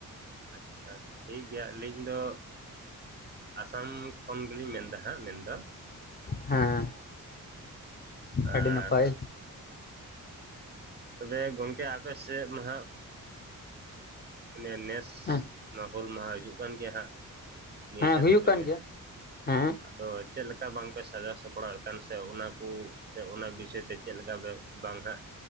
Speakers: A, on the right (about 30°); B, on the left (about 30°).
A: ᱟᱪᱪᱷᱟ ᱴᱷᱤᱠᱜᱮᱭᱟ ᱟᱹᱞᱤᱧ ᱫᱚ ᱟᱥᱟᱢ ᱠᱷᱚᱱ ᱜᱮᱞᱤᱧ ᱢᱮᱱ ᱮᱫᱟ ᱦᱟᱸᱜ ᱢᱮᱱᱫᱚ
B: ᱦᱮᱸ
A: ᱟᱨ
B: ᱟᱹᱰᱤ ᱱᱟᱯᱟᱭ
A: ᱛᱚᱵᱮ ᱜᱚᱢᱠᱮ ᱟᱯᱮ ᱥᱮ ᱢᱟᱦᱟᱜ ᱢᱟᱱᱮ ᱱᱮᱥ
B: ᱦᱮᱸ
A: ᱚᱱᱟ ᱦᱩᱞ ᱢᱟᱦᱟ ᱦᱤᱡᱩᱜ ᱠᱟᱱ ᱜᱮᱭᱟ ᱦᱟᱸᱜ ᱱᱤᱭᱟᱹ
B: ᱦᱮᱸ
A: ᱪᱟᱸᱫᱚ
B: ᱦᱩᱭᱩᱜ
A: ᱨᱮᱜᱮ
B: ᱠᱟᱱ ᱜᱮᱭᱟ ᱦᱮᱸ
A: ᱟᱫᱚ ᱪᱮᱫ ᱞᱮᱠᱟ ᱵᱟᱝᱯᱮ ᱥᱟᱡᱟᱣ ᱥᱟᱯᱲᱟᱣᱮᱫ ᱠᱟᱱ ᱥᱮ ᱚᱱᱟ ᱠᱚ ᱥᱮ ᱚᱱᱟ ᱵᱤᱥᱚᱭ ᱛᱮ ᱪᱮᱫ ᱞᱮᱠᱟ ᱵᱟᱝ ᱦᱟᱸᱜ